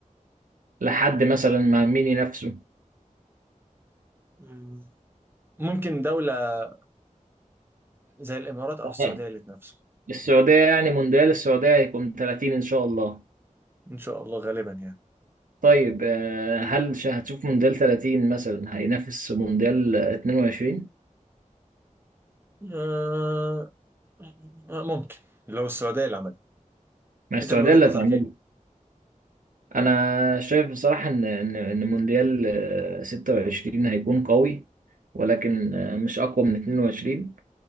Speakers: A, on the right; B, on the right.
A: لحد مثلا ما مين ينافسه
B: مم. ممكن دولة زي الامارات او
A: آه،
B: السعودية
A: <laughs>
B: اللي تنافسه
A: السعودية يعني مونديال السعودية هيكون 30 ان شاء الله
B: ان شاء الله غالبا يعني
A: طيب آه، هل ش- هتشوف مونديال 30 مثلا هينافس مونديال 22
B: آه آه، ممكن لو السعودية اللي عملت
A: ما السعودية
B: انت من وجهة
A: اللي
B: نظرك
A: هتعمله
B: ايه
A: أنا شايف بصراحة إن إن إن مونديال آه، 26 هيكون قوي ولكن آه، مش أقوى من 22